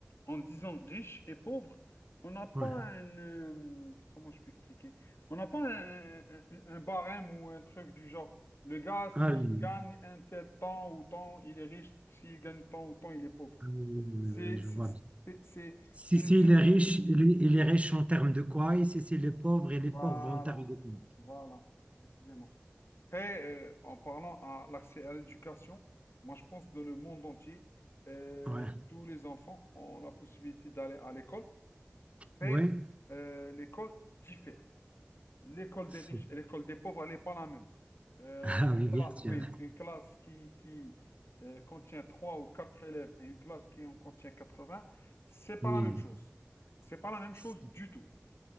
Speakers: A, on the left (about 85°); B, on the right (about 30°).
A: en disant riche et pauvre, on n'a pas
B: ouais.
A: un... euh, comment je peux expliquer? On n'a pas un, un- un- barème ou un truc du genre. Le gars,
B: Ah
A: s'il
B: oui,
A: gagne un tel temps ou temps, il est riche. S'il gagne tant ou tant, il est pauvre.
B: Ah oui, oui, oui,
A: C'est...
B: oui, oui, je
A: C'est...
B: vois
A: C'est... c'est-
B: Si
A: c'est
B: c'est
A: subjectif.
B: les riches, et les et les riches en termes de quoi? Et si c'est les pauvres, et les pauvres
A: Voilà.
B: en termes de quoi?
A: Voilà. Précisément. Après, euh, en parlant à l'accès à l'éducation, moi, je pense que dans le monde entier, euh,
B: Ouais.
A: tous les enfants ont la possibilité d'aller à l'école. Mais
B: Ouais.
A: euh, l'école diffère. L'école
B: C'est-
A: des riches
B: <laughs>
A: et l'école des pauvres, elle n'est pas la même. Euh,
B: Ah
A: une
B: oui,
A: classe,
B: bien sûr.
A: oui, une classe qui, qui euh, contient trois ou quatre élèves et une classe qui en contient 80, c'est pas
B: Oui.
A: la même chose. C'est pas la même
B: C'est-
A: chose du tout.